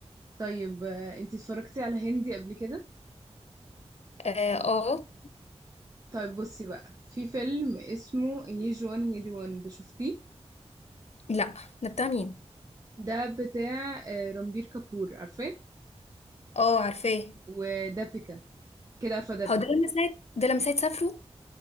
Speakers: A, on the right; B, on the left.
A: طيب آه، انتي اتفرجتي على هندي قبل كده؟
B: اه, آه
A: طيب بصي بقى في فيلم اسمه يي جوان هي دي وان ده شفتيه؟
B: لا ده بتاع مين؟
A: ده بتاع آه، رامبير كابور عارفاه؟
B: اه عارفاه
A: ودابيكا كده عارفة دابيكا
B: هو ده لما ساعة ده لما ساعة سافروا؟